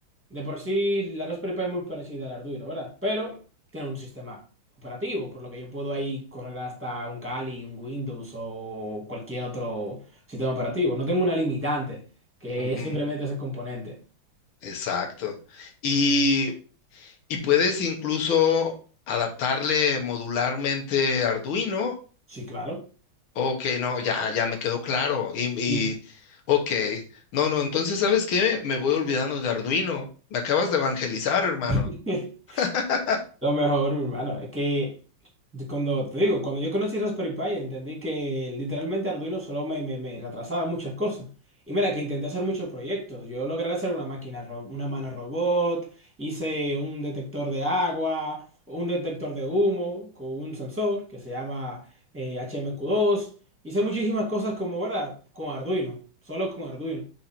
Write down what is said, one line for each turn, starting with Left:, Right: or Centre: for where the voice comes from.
Centre: De por sí, la Raspberry Pi es muy parecida al Arduino, ¿verdad? Pero tiene un sistema operativo, por lo que yo puedo ahí correr hasta un Kali, un Windows o cualquier otro sistema operativo. No tengo una limitante, que
Left: Ujú,
Centre: es simplemente ese componente.
Left: Exacto. Y, y puedes incluso adaptarle modularmente Arduino
Centre: Sí, claro.
Left: Ok, no, ya, ya me quedó claro. Y, y,
Centre: Sí.
Left: ok, no, no, entonces, ¿sabes qué? Me voy olvidando de Arduino. Me acabas de evangelizar, hermano.
Centre: <laughs>
Left: <laughs>
Centre: Lo mejor, mi hermano, es que yo cuando te digo, cuando yo conocí Raspberry Pi, entendí que literalmente Arduino solo me, me, me retrasaba muchas cosas. Y mira que intenté hacer muchos proyectos. Yo logré hacer una máquina, ro- una mano robot, hice un detector de agua, un detector de humo con un sensor que se llama eh, HMQ2. Hice muchísimas cosas como, ¿verdad? Con Arduino, solo con Arduino.